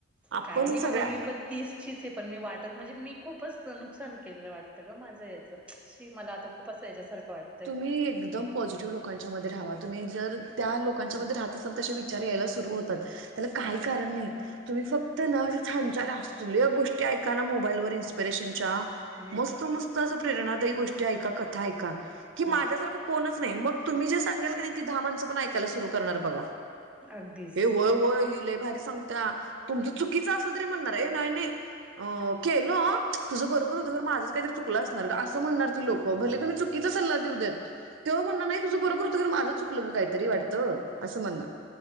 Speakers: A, on the right (about 60°); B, in the centre.
A: आपण
B: काय नाही
A: सगळ्या
B: बाबा मी पण तीसचीच आहे पण मी वाटतं म्हणजे मी खूपच नुकसान केलेलं वाटतं ग माझं याचं शी मला आता खूप असा याच्यासारखं वाटतं
A: तुम्ही एकदम पॉझिटिव्ह लोकांच्या मध्ये राहावा तुम्ही जर त्या लोकांच्यामध्ये
B: हम्म
A: राहतच ना त विचार यायला सुरू होतात त्याला काही
B: हम्म
A: कारण नाही तुम्ही फक्त ना छान छान असले गोष्टी ऐका ना मोबाईल व इन्स्पिरेशनच्या
B: हम्म
A: मस्त मस्त असं प्रेरणादायी गोष्टी ऐका कथा ऐका की
B: हम्म
A: माझ्यासारखं कोणच नाही मग तुम्ही जे सांगेल का नाही ती दहा माणसं पण ऐकायला सुरू करणार बघा.
B: अगदीच.
A: हे व्हय व्हय ही लय भारी सांगत्यातुमच चुकीचं असल तरी म्हण अ नाही नाही केलं तुझं बरोबर होतं माझंच काहीतरी चुकलं असणार असं म्हणनार.. लोक
B: हा.
A: भले तुम्ही चुकीचा सल्ला देऊ देत तेव्हा म्हणणार नाही तुझं बरोबर हो माझं चुकलं काय तरी वाटतं असं म्हणणार.